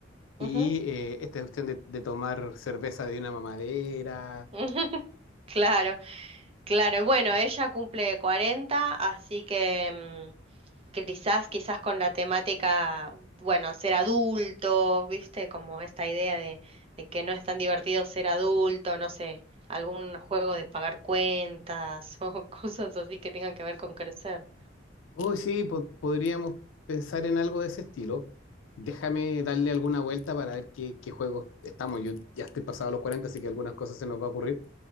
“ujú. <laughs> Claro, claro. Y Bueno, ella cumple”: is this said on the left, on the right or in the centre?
Right